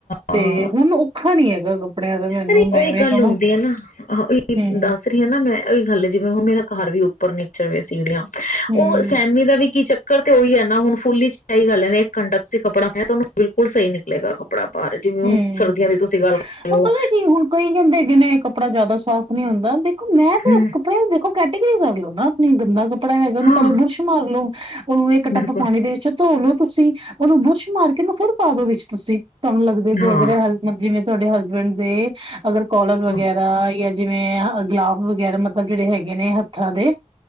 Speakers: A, on the left; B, on the right.
A: ਹਾਂ
B: ਤੇ ਹੁਣ ਔਖਾ ਨੀ ਹੈਗਾ, ਕੱਪੜਿਆਂ ਦਾ ਮੈਨੂੰ
A: ਅਰੇ
B: ਮੈਂ
A: ਉਹੀ
B: ਇਵੇਂ
A: ਗੱਲ
B: ਕਵਾਂ
A: ਹੁੰਦੀ ਏ ਨਾ, ਉਹੀ
B: ਹੂੰ,
A: ਦੱਸ ਰਹੀ ਆ ਨਾ ਮੈਂ ਉਹੀ ਗੱਲ ਜਿਵੇਂ ਹ ਮੇਰਾ ਘਰ ਵੀ ਉੱਪਰ ਨੇ ਸੀੜੀਆਂ
B: ਹੂੰ,
A: ਉਹ ਸੈਮੀ ਦਾ ਵੀ ਕੀ ਚੱਕ ਚੱਕਰ ਤੇ ਉਹੀ ਹੈ ਨਾ ਹੁਨ ਫੁੱਲੀ ਏਹੀ ਗੱਲ ਹੈ ਨਾ ਇੱਕ ਘੰਟਾ ਤੁਸੀਂ ਕੱਪੜਾ ਪਾਇਆ ਤੇ ਉਹਾਨੂੰ ਬਿਲਕੁਲ ਸਹੀ ਨਿਕਲੇਗਾ। ਕਪੜਾ ਬਾਹਰ ਜਿਵੇਂ ਹੁਣ
B: ਹੂੰ
A: ਸਰਦੀਆਂ ਦੀ ਤੁਸੀਂ ਗੱਲ ਰਹੇ
B: ਪਤਾ
A: ਹੋ
B: ਨੀ ਕੀ ਹੁਣ ਕਈ ਕਹਿੰਦੇ ਹੈਗੇ ਕਪੜਾ ਜ਼ਿਆਦਾ ਸਾਫ਼ ਨੀ ਹੁੰਦਾ ਦੇਖੋ ਮੈਂ ਤੇ
A: ਹੂੰ,
B: ਕੱਪੜੇ ਕਹੋ ਕੈਟੇਗਰੀ ਕਰ ਲਓ ਨਾ ਆਪਣੀ ਗੰਦਾ ਕੱਪੜਾ ਹੈਗਾ ਉਹਨੂੰ
A: ਹਾਂ
B: ਪਹਿਲੇ ਬੁਰੁਸ਼ ਮਾਰ ਲੋੋ, ਉਹਨੂੰ ਇੱਕ
A: ਬਿਲਕੁਲ
B: ਟੱਪ ਪਾਣੀ ਦੇ ਵਿੱਚ ਧੋ ਲਓ। ਤੁਸੀਂ ਉਹਨੂੰ ਬੁਰਸ਼ ਮਾਰ ਕੇ ਉਹਨੂੰ ਫਿਰ ਪਾ ਦੋ ਵਿੱਚ ਤੁਸੀਂ। ਕੰਮ <unintelligible> ਜਿਵੇਂ
A: ਹਾਂ,
B: ਤੁਹਾਡੇ ਹਸ ਹਸਬੈਂਡ ਦੇ ਅਗਰ ਕੋਲਰ ਵਗੈਰਾ
A: ਹਾਂ
B: ਜਾਂ ਜਿਵੇਂ ਗਲਾਬ ਵਗੈਰਾ ਮਤਲਬ ਜਿਹੜੇ ਹੈਗੇ ਨੇ ਹੱਥਾਂ ਦੇ